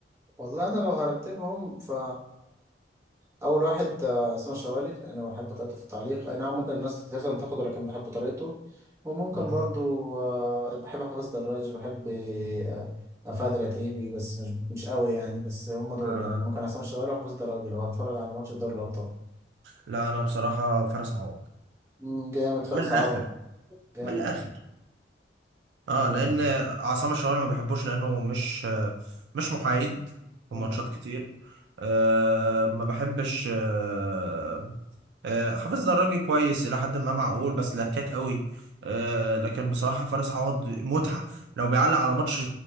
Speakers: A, on the right (about 15°); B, on the right (about 70°).
A: والله انا لو هرتبهم ف اول واحد آه، اسمه الشوالي لان بحب طريقته في التعليق اي نعم ممكن الناس كتير تنتقده لكن بحب طريقته وممكن
B: اه
A: برضو آه، بحب حافظ دراج بحب آه، آه، فهد العتيبي بس مش مش قوي يعني بس هم دول
B: آه.
A: يعني ممكن عصام الشوالي وحافظ دراج لو هتفرج على ماتش في دوري الابطال
B: لا انا بصراحه فارس عوض
A: مم، جامد فارس
B: من الاخر
A: عوض جامد
B: من الاخر اه
A: جامد
B: لان عصام الشوالي ما بحبوش لانه مش آه، مش محايد في
A: مم.
B: ماتشات كتير آه ما بحبش آه آه حافظ دراجي كويس الى حد ما معقول بس لكاك قوي آه لكن بصراحه فارس عوض متعه لو بيعلق على ماتش